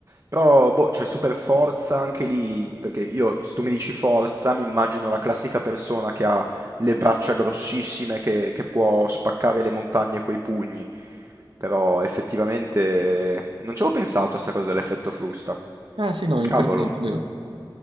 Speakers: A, on the right; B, on the right.
A: Però, boh, c'è super forza anche lì, perché io, se tu mi dici forza, mi immagino la classica persona che ha le braccia grossissime, che, che può spaccare le montagne coi pugni. Però effettivamente non ci avevo pensato a sta cosa dell'effetto frusta.
B: Ah sì, no, interessante,
A: Cavolo,
B: vero?